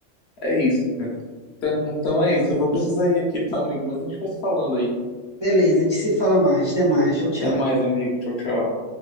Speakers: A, on the left; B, on the right.
A: É isso, cara. Então, então é isso. Eu vou precisar ir aqui, tá, amigo? Mas a gente vai se falando aí.
B: Beleza, a gente se fala mais. Até mais. Tchau, tchau.
A: Até mais, amigo. Tchau, tchau.